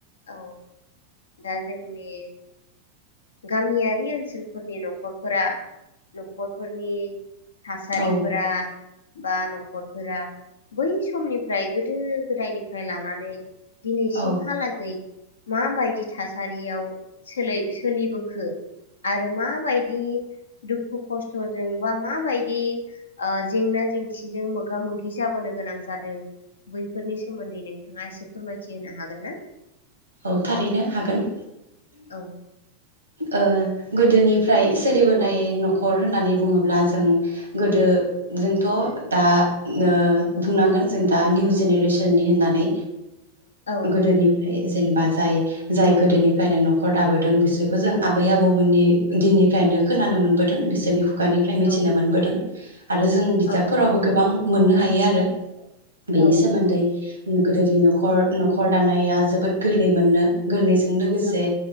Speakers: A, on the left (about 70°); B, on the right (about 80°).
A: औ दा जोंनि गामियारि ओनसोलफोरनि न'खरफोरा न'खरफोरनि थासारिफोरा
B: औ
A: बा न'खरफोरा बै समनिफ्राय गोदो गोदायनिफ्राय लानानै दिनैसिमहालागै
B: औ
A: माबायदि थासारियाव सोलाय सोलिबोखो आरो माबायदि दुखु खस्थ'जोंबा माबायदि ओ जेंना जेंसिजों मोगा मोगि जाबोनो गोनां जादों बैफोरनि सोमोन्दै नोंथाङा एसे फोरमायथि होनो हागोन ना?
B: औ थारैनो हागोन
A: औ
B: ओ गोदोनिफ्राय सोलिबोनाय न'खर होननानै बुङोब्ला जों गोदो जोंथ' दा ओ बुंनांगोन जों दा निउ जेनेरेसननि होननानै
A: औ
B: गोदोनिफ्राय
A: नंगौ
B: जाय जाय गोदोनिफ्रायनो न'खर दाबोदों बिसोरखौ जों आबै आबौमोननि दिननिफ्रायनो खोनानो मोनबोदों बिसोरनि खुगानिफ्राय
A: औ
B: मिथिनो मोनबोदों आरो जों बिजाबफोरावबो
A: औ
B: गोबां मोननो हायो आरो बेनि
A: औ
B: सोमोन्दै
A: नंगौ
B: गोदो न'खर न'खर दानाया जोबोद गोरलै मोननो गोरलै जों लोगोसे
A: औ